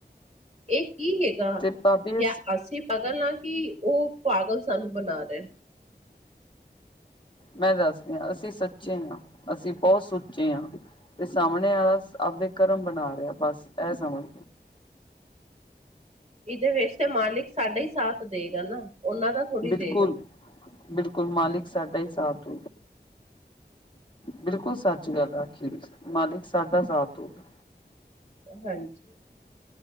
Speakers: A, on the right; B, on the left.
A: ਇਹ ਕੀ ਹੈਗਾ,
B: ਤੇ ਭਾਬੀ
A: ਜਾਂ ਅਸੀਂ ਪਾਗਲ ਆ ਕਿ ਉਹ ਪਾਗਲ ਸਾਨੂੰ ਬਣਾ ਰਹੇ।
B: ਮੈਂ ਦੱਸਦੀ ਆ, ਅਸੀਂ ਸੱਚੇ ਹਾਂ, ਅਸੀਂ ਬਹੁਤ ਸੁੱਚੇ ਹਾਂ। ਤੇ ਸਾਹਮਣੇ ਆਲਾ ਆਪਦੇ ਕਰਮ ਬਣਾ ਰਿਹਾ, ਬਸ ਇਹ ਸਮਝ।
A: ਇਹਦੇ ਵਿੱਚ ਤੇ ਮਾਲਿਕ ਸਾਡਾ ਹੀ ਸਾਥ ਦੇਗਾ ਨਾ, ਉਹਨਾਂ ਦਾ। ਥੋੜ੍ਹੀ
B: ਬਿਲਕੁਲ,
A: ਦੇਗਾ
B: ਬਿਲਕੁਲ ਮਾਲਿਕ ਸਾਡਾ ਹੀ ਸਾਥ। ਬਿਲਕੁਲ ਸੱਚ ਗੱਲ ਆ ਅਖੀਰ ਵਿੱਚ, ਮਾਲਿਕ ਸਾਡਾ ਸਾਥ ਹੋਊਗਾ।
A: ਹਾਂਜੀ,